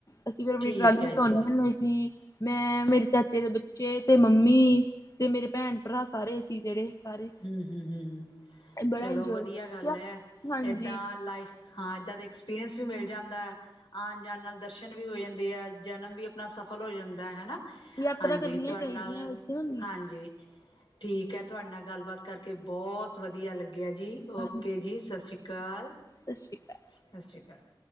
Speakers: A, on the left; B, on the left.
A: ਅਸੀਂ ਫੇਰ ਆਪਣੀ
B: ਠੀਕ
A: ਟਰਾਲੀ
B: ਹੈ
A: ਸੌਨੇ
B: ਜੀ
A: ਹੁੰਦੇ ਸੀ। ਮੈਂ ਮੇਰੇ ਚਾਚੇ ਦੇ ਬੱਚੇ ਤੇ ਮੰਮੀ, ਤੇ ਮੇਰੇ ਭੈਣ-ਭਰਾ ਸਾਰੇ। ਸੀ ਜਿਹੜੇ ਸਾਰੇ
B: ਹੂੰ-ਹੂੰ-ਹੂੰ,
A: ਬੜਾ
B: ਚਲੋ
A: ਇੰਜੋਏ
B: ਵਧੀਆ ਗੱਲ ਐ
A: ਹਾਂਜੀ
B: ਏਦਾਂ ਲਾਈਫ ਹਾਂ ਐਦਾ ਦਾ ਐਕਸਪੀਰੀਅੰਸ ਵੀ ਮਿਲ ਜਾਂਦਾ। ਆਣ ਜਾਣ ਨਾਲ ਦਰਸ਼ਨ ਵੀ ਹੋ ਜਾਂਦੇ ਐ, ਤਾਂ ਜਨਮ ਵੀ ਸਫਲ ਹੋ ਜਾਂਦਾ ਐ ਹਨਾ।
A: ਯਾਤਰਾ
B: ਹਾਂਜੀ
A: ਕਰਨੀਆਂ
B: ਤੁਹਾਡੇ
A: ਚਾਹੀਦੀਆਂ
B: ਨਾਲ,
A: ਵਧੀਆ ਹੁੰਦੀਆਂ,
B: ਹਾਂਜੀ ਠੀਕ ਐ ਤੁਹਾਡੇ ਨਾਲ ਗੱਲਬਾਤ ਕਰਕੇ ਬਹੁਤ ਵਧੀਆ ਲੱਗਿਆ ਜੀ
A: ਹਾਂਜੀ
B: ਓਕੇ ਜੀ ਸਤਿ ਸ਼੍ਰੀ ਅਕਾਲ।
A: ਸਤਿ ਸ਼੍ਰੀ ਅਕਾਲ,
B: ਸਤਿ ਸ਼੍ਰੀ ਅਕਾਲ